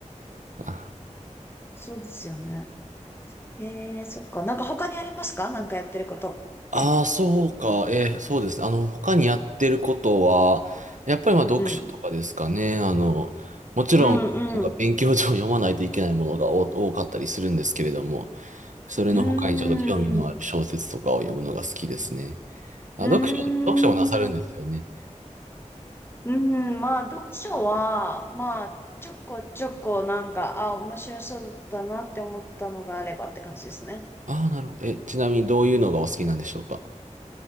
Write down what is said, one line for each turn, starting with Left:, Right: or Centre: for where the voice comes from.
Right: あ
Left: そうですよね。へえ、そっか。なんか他にありますかなんかやってること。
Right: あー、そうか。えーそうですね。あの、他にやってることは、やっぱりまあ読書とかですかね。
Left: うん。
Right: あの、もちろん、
Left: うん、うん。
Right: なんか勉強上読まないといけないものが多多かったりするんですけれども、
Left: う
Right: それの他にちょっと興味のある小説とかを読むのが好きですね。
Left: ーん。
Right: あ、
Left: うーん。
Right: 読書、読書もなさるんですよね。
Left: うん、まあ読書は、まあちょこちょこなんか、あ、面白そうだなって思ったのがあればって感じですね。
Right: ああ、なるほど。え、ちなみにどういうのがお好きなんでしょうか。